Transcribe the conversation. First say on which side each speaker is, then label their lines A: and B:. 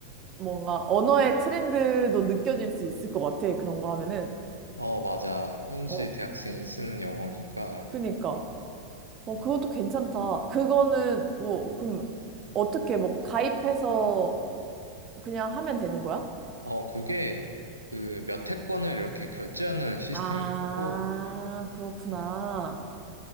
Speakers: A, on the right; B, on the left.
A: 뭔가 언어의 트렌드도 느껴질 수 있을 것 같아. 그런 거 하면은.
B: 어, 맞아. 현지
A: 어,
B: 대학생이 쓰는 영어니까.
A: 그니까. 어, 그것도 괜찮다. 그거는, 어, 그럼 어떻게 뭐 가입해서 그냥 하면 되는 거야?
B: 어, 그게 그 몇 회권을 이렇게 결제하는 시스템이더라고.
A: 아, 그렇구나.
B: 어,